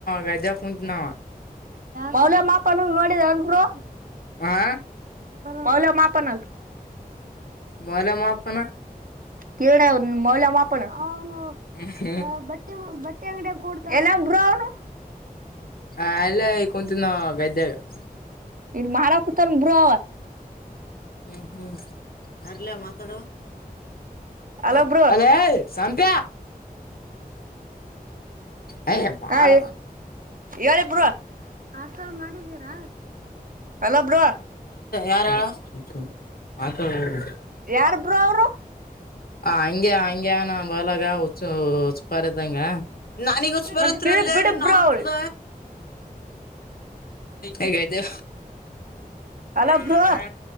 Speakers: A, on the left; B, on the right.
A: ಗದ್ಯ ಕುಂತಿದ್ ನಾವ
B: ಹ ಮಾಪ ಅನ ನೋಡಿದ ಅನ್ರು
A: ಹಾ
B: ಮೌಲ್ಯ ಮಾಪನಲ್
A: ಮೌಲ್ಯ ಮಾಪನ
B: ಕರಣ ಮೌಲ ಮಾಪನ
A: ಹ್ಮ್
B: <inaudible>
A: ಹ್ಮ್
B: ಬಟ್ಟೆ ಬಟ್ಟೆ ಅಂಗಡ ಕೊಡ್ತ ಎಲ್ಲ ಬ್ರನು
A: ಹ ಎಲ್ಲೇ ಈ ಕುಂತಿದ್ದ ನಾವು ಗದ್ಯಾಗ ಹ್ಮ
B: ಮರಾಕುತನ್ ಬ್ರೋ
A: ಹ್ಮ್ ಹ್ಞೂ ಯಾರಲ್ಲ ಮಾತಾಡುವ
B: ಅಲೋ
A: ಹ
B: ಬ್ರೋ
A: ಅಲ ಶಂತ ಹ್ಮ್ ಯ ಬಾರ
B: ಹಾ ಹೇಳಿ ಬ್ರೋ ಹ ಸರ್ ಅಲ ಬ್ರೋ
A: ಯಾರಳ <unintelligible>
B: ಯಾರ ಬ್ರೋ ಅವರು
A: ಹ ಹಂಗೆ ಹಂಗಗೆ ನ ಬಲಗ ಹುಚ್ಚಪರ ನನಗ ಉಸ ಬರಂತ
B: ಒಂದ್ ಕಿಳಿ
A: ಅಲ್ಲ
B: ಬಿಡಿ
A: ನೀನ್
B: ಬ್ರೋ
A: ನಾ
B: ಅವ್ರಿ
A: ಚುದ ಹಗಾಯ್ತು
B: ಅಲೋ
A: <unintelligible>
B: ಬ್ರೋ
A: ಯಾರ